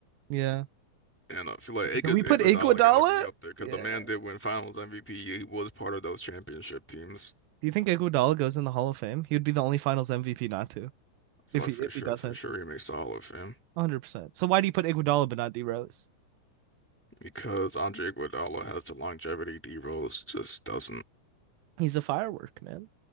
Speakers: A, on the right; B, in the centre.
A: Yeah.
B: And I feel like Iguod-
A: Do we
B: Iguodala
A: put Iguodala?
B: got to be up there because
A: Yeah.
B: the man did win Finals MVP. He was part of those championship teams.
A: Do you think Iguodala goes in the Hall of Fame? He would be the only Finals MVP not to
B: I feel
A: if
B: like
A: he
B: for
A: if
B: sure,
A: he doesn't.
B: for sure, he makes the Hall of Fame
A: 100%. So why do you put Iguodala but not D Rose?
B: because Andre Iguodala has the longevity. D Rose just doesn't.
A: He's a firework, man.